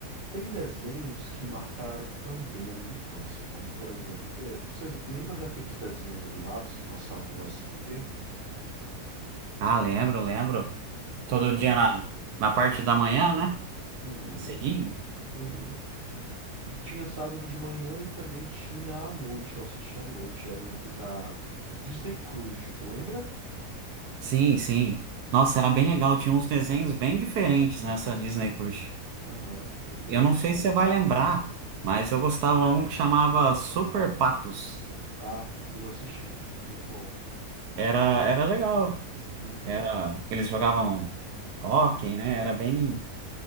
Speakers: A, on the right; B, on the right.
A: tem desenhos que marcaram também a minha infância, como por exemplo, eh, você lembra daqueles desenhos animados que passavam no SBT?
B: Ah, lembro, lembro. Todo
A: Aham.
B: dia na, na parte da manhã, né?
A: Uhum.
B: Cedinho?
A: Uhum. Tinha sábado de manhã e também tinha à noite. Eu assisti à noite, era no te- na Disney Cruise, tu lembra?
B: Sim, sim. Nossa, era bem legal, tinha uns desenhos bem diferentes nessa Disney Cruise.
A: Aham, pois é.
B: Eu não sei se você vai lembrar, mas eu gostava um que chamava Super Patos.
A: Ah, eu assisti. Muito bom.
B: Era, era legal.
A: Uhum,
B: Era, eles jogavam hóquei, né? Era bem.